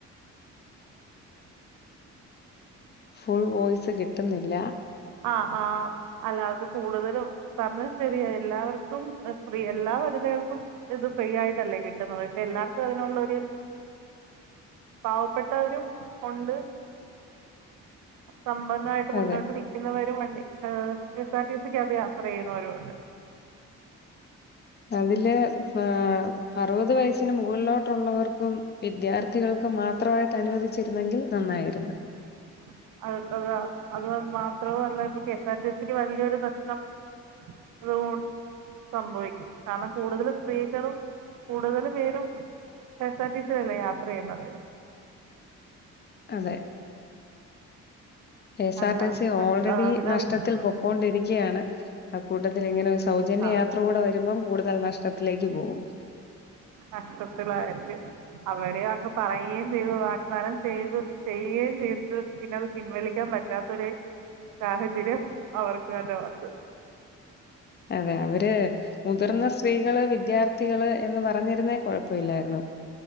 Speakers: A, on the left; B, on the right.
A: ഫുള് വോയ്സ് കിട്ടുന്നില്ല
B: ആ ആ അല്ല അത് കൂടുതലും പറഞ്ഞത് ശരിയായില്ല അവർക്കും ഫ്രീ എല്ലാവർ സ്ത്രീകൾക്കും ഇത് ഫ്രീ ആയിട്ടല്ലേ കിട്ടുന്നത് പക്ഷെ എല്ലാർക്കും അതിനുള്ളൊരു പാവപ്പെട്ടവരും ഒണ്ട് സമ്പന്നമായിട്ട് മുന്നോട്ട്
A: അതെ
B: നിൽക്കുന്നവരും ഒ ണ്ട് ഏ കെ എസ് ആർടി സീക്കകത്ത് യാത്ര ചെയ്യുണോരു ഒണ്ട്
A: അതില് ഹ് അറുപത് വയസിന് മുകളിലോട്ടൊള്ളവർക്കും വിദ്യാർത്ഥി കൾക്കും മാത്രമായിട്ട് അനുവദിച്ചിരുന്നെങ്കിൽ നന്നായിരുന്നു
B: ഉം അത് അതാ അത് മാത്രവു അല്ല ഇപ്പൊ കെ എസ് ആർ ടി സിക്ക് വലിയൊരു നഷ്ടം അത് സംഭവിക്കും കാരണം കൂടുതലും സ്ത്രീകളും കൂടുതൽ പേരും കെ എസ് ആർ ടിസീ യിൽ അല്ലെ യാത്ര ചെയ്യുന്നവര്
A: അതെ K S
B: അതാണ്
A: R T C ഓൾറെഡി
B: പിന്നെ
A: നഷ്ടത്തിൽ പൊക്കൊണ്ടിരിക്കാണ് അക്കൂട്ടത്തിൽ ഇങ്ങനെ സൗജന്യ
B: ആ
A: യാത്ര കൂടെ വരുമ്പം കൂടുതൽ നഷ്ടത്തിലേക്ക് പോകും
B: നഷ്ടത്തിലായിരിക്കും അവര് അങ്ങ് പറയുകയും ചെയ്തു വാഗ്ദാനം ചെയ്തു ചെയ്യ ക്കീം തീർത്തുപിന്നെത് പിൻവലിക്കാൻ പറ്റാത്തൊരെ സാഹചര്യം അവർക്ക് കണ്ടവാത്തത
A: അതെ അവര് മുതിർന്ന സ്ത്രീകള് വിദ്യാർത്ഥികള് എന്ന് പറഞ്ഞ ണേ കൊഴപ്പയില്ലായിരുന്നു